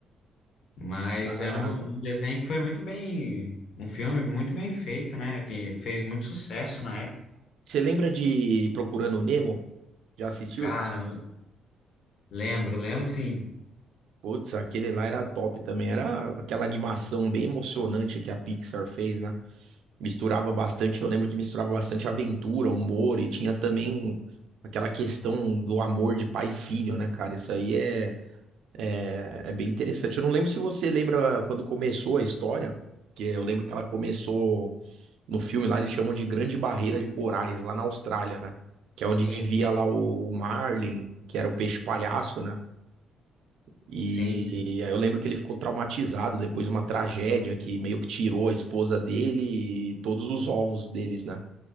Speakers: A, on the left; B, on the right.
A: Mas
B: Caraca.
A: era um um desenho que foi muito bem, um filme muito bem feito, né? Que fez muito sucesso na época.
B: Você lembra de Procurando o Nemo? Já assistiu?
A: Cara, lembro, lembro sim.
B: Putz, aquele lá era top também. Era aquela animação bem emocionante que a Pixar fez, né? Misturava bastante, eu lembro que misturava bastante aventura, humor e tinha também aquela questão do amor de pai e filho, né, cara? Isso aí é. É, é bem interessante. Eu não lembro se você lembra quando começou a história, que eu lembro que ela começou no filme lá, eles chamam de Grande Barreira de Corais, lá na Austrália, né?
A: Sim,
B: Que é onde vivia
A: sim.
B: lá o Marlin, que era o peixe palhaço, né? E,
A: Sim, sim.
B: aí eu lembro que ele ficou traumatizado depois de uma tragédia que meio que tirou a esposa dele e todos os ovos deles, né?